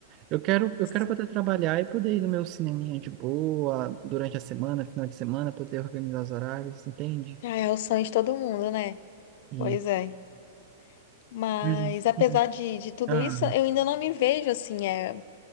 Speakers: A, on the right (about 40°); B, on the left (about 60°).
A: Eu quero, eu
B: Sim.
A: quero poder trabalhar e poder ir no meu cineminha de boa durante a semana, final de semana, poder organizar os horários, entende?
B: Ah, é o sonho de todo mundo, né?
A: E
B: Pois é. Mas
A: coisas
B: apesar
A: assim.
B: de, de tudo
A: Ah,
B: isso, eu ainda não me vejo assim, é,